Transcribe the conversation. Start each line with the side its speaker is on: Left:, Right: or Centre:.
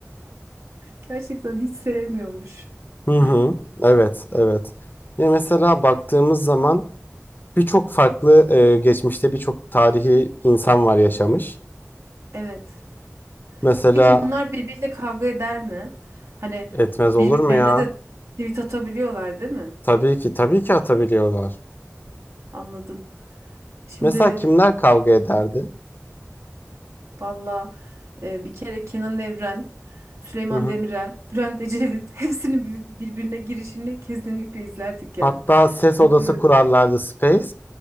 Right: Gerçekten hiç sevmiyormuş.
Left: Hı hı.
Right: <clears throat>
Left: Evet evet. Ya mesela baktığımız zaman birçok farklı e, geçmişte birçok tarihi insan var yaşamış.
Right: Evet.
Left: Mesela
Right: Peki bunlar birbiriyle kavga eder mi? Hani
Left: etmez
Right: birbirlerine
Left: olur mu ya?
Right: de tweet atabiliyorlar değil mi?
Left: Tabii ki tabii ki atabiliyorlar.
Right: Anladım. Şimdi
Left: Mesela kimler kavga ederdi?
Right: valla e, bir kere Kenan Evren, Süleyman
Left: Hı hı.
Right: Demirel, Bülent Ecevit <laughs> hepsinin bir- birbirine girişini kesinlikle izlerdik yani.
Left: Hatta ses
Right: Çünkü
Left: odası kurarlardı Space.